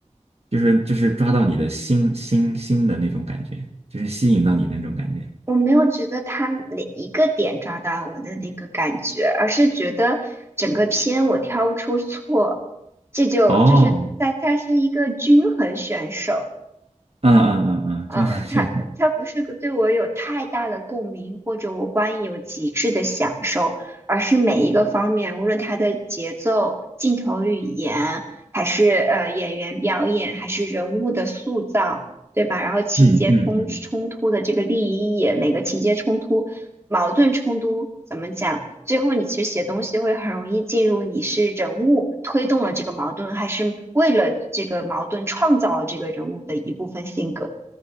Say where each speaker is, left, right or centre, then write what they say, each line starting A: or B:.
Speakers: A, on the right; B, on the right.
A: 就是就是抓到你的心心心的那种感觉，就是吸引到你那种感觉。
B: 我没有觉得他哪一个点抓到我的那个感觉，而是觉得整个片我挑不出错，这就就是在他是一个均衡选手。
A: 哦，嗯嗯嗯嗯，
B: 嗯，
A: 这个感觉
B: 他他不是个对我有太大的共鸣，或者我观影有极致的享受，而是每一个方面，无论它的节奏、镜头语言，还是呃演员表演，还是人物的塑造，对吧？然后情节冲冲突的这个立意也每个情节冲突、
A: 嗯嗯嗯，
B: 矛盾冲突怎么讲？最后你其实写东西会很容易进入你是人物推动了这个矛盾，还是为了这个矛盾创造了这个人物的一部分性格。